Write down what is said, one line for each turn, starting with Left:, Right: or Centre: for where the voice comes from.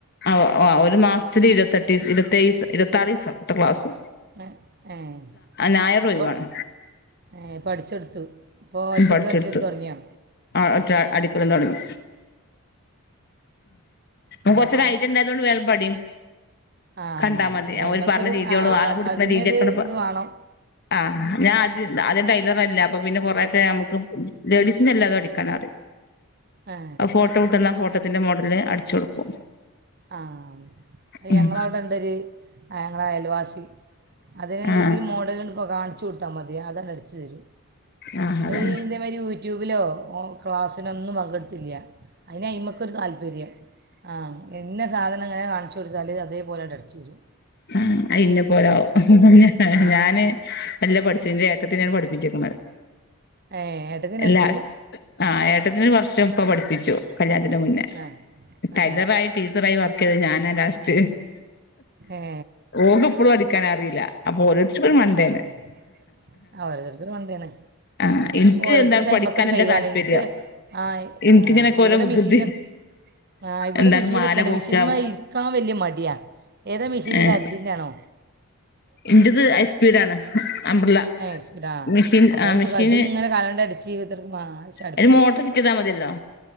Left: ആഹ് ഒരു മാസത്തിൽ ഇരുപത്തെട്ട് ഇരുപത്തേഴ്‌ ദിവസം ഇരുപത്താറ് ദിവസത്തെ ക്ലാസ്
Right: ഏഹ് എഹ്
Left: ഞായർ ഒഴിവാണ്
Right: അപ്പൾ ഏഹ് പഠിച്ചെടുത്തു ഇപ്പോൾ ഒറ്റയ്ക്ക്
Left: പഠിച്ചെടുത്തു
Right: അടിച്ചൽ തുടങ്ങിയോ
Left: ആ അത്ര അടി ഇപ്പോഴും തുടങ്ങി മ്
Right: അപ്പോൾ
Left: കൊറച്ച്
Right: ആ
Left: ഐഡിയ ഉണ്ടായതുകൊണ്ട് ചെലപ്പടിയും
Right: ആ
Left: കണ്ടാ മതി
Right: അതിന്മേൽക്കൊരു
Left: ഓര് പറഞ്ഞ രീതിയോളു
Right: ആ
Left: അളവ് എടുക്കന്ന
Right: അതിനൊരു
Left: രീതിയൊക്കെണ്ട്
Right: ഇത് വേണം
Left: ആഹ് ഞാൻ <unintelligible> ഇപ്പൊ പിന്നെ കുറേ നമുക്ക് ലേഡീസിന്റെല്ലാതെ എടുക്കാൻ അറിയാം.
Right: ഏ
Left: ഫോട്ടോ കിട്ടുന്ന ഫോ ട്ടത്തിന്റെ മോഡല് അടിച്ച് കൊടുക്കും.
Right: ആ അത്
Left: ഉം
Right: ഞങ്ങളവിടെ ഇണ്ടൊരു ആ ഞങ്ങളെ അയൽവാസി അതിനെന്തെങ്കിലും
Left: ആ
Right: മോഡലും <unintelligible> കാണിച്ചു കൊടുത്താ മതി അതങ്ങടിച്ചു തരും.
Left: ആ അതന്നെ
Right: അതീന്റ മാരി ഉ ട്യൂബിലോ ഓൻ ക്ലാസ്സിനൊന്നും പങ്കെടുത്തില്ല്യ. അയിനയിമ്മക്കൊരു താല്പര്യം ആ. ഇന്ന സാധനങ്ങിനെ കാണു. ചുരിദാല് അതേപോലെ അങ്ങട്ടടിച്ചെരും.
Left: ആ അയിന്നെ പോലാവും
Right: ആ
Left: ഞാന് എല്ലാം പഠിച്ചതിന്റെ ഏട്ട ട്ടിനെണ് പഠിപ്പിച്ചെക്ക്ണേ.
Right: ഏ ഏട്ടത്തിനടിച്ച്
Left: ലാസ്റ്റ് ആഹ് ഏട്ടത്തിന് വർഷം. പ്പ പഠിപ്പിച്ചു. കല്യാണത്തിന്റെ മുന്നേ
Right: ആ
Left: ടൈലറായി
Right: ആ
Left: ടീച്ചറായി വർ ക്കിത് ഞാനാ ലാസ്റ്റ്.
Right: ഏ
Left: ഓക്കിപ്പളും അടിക്കാൻ അറില്ല അപ്പൊ ഓരോരുത്തർരക്കൊരോ മണ്ടേന്
Right: ഏ ആ ഓരോരുത്തർക്ക് കൊണ്ടാണ്
Left: ആഹ് ഇൻക്ക്
Right: ഓരോരുത്തരുടെ
Left: എന്താണ്
Right: കൈമക്കെ
Left: പഠിക്കാനല്ല
Right: ഒരു കൈവാണ്
Left: താല്പര്യം
Right: ഇൻക്ക് ആഹ്
Left: ഇൻക്കിങ്ങനൊക്കെ
Right: ആഹ് ഇവിടെ
Left: ഓരോ വികൃതി
Right: മെഷീൻ ആ ഇവിടെ
Left: എന്താണ്
Right: മെഷീനൊക്കെണ്ട്
Left: മാല കോക്ക
Right: മെഷീൻമാ ഇരിക്കാ വല്ല്യ മടിയാ. ഏതാ മെഷീൻ
Left: ഏഹ്
Right: കറണ്ടിന്റാണോ?
Left: ഇന്റത് ഹൈസ്പീഡാണ് അമ്പ്രല
Right: ഏ സ്പീഡാ
Left: മെഷീൻ
Right: അതാണ്
Left: ആഹ് മെഷീൻ.
Right: സുഖം ഇതിങ്ങനെ കാലുകൊണ്ട് അടിച്ച് ഇത്രക്കും ആ ചടുപ്പ്
Left: അന് മോട്ടർ ഫിറ്റെയ്താ മതിയല്ലോ